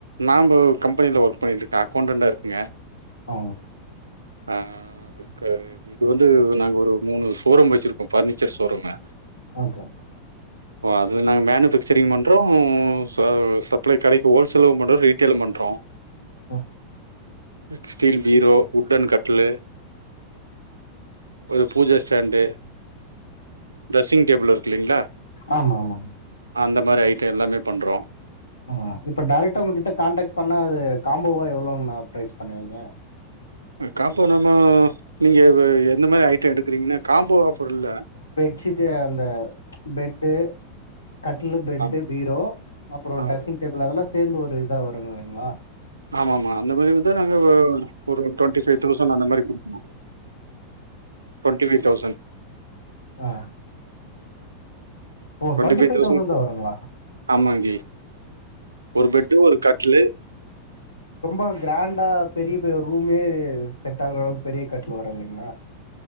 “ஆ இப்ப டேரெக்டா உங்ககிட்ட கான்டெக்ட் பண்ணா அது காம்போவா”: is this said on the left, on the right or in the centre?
Left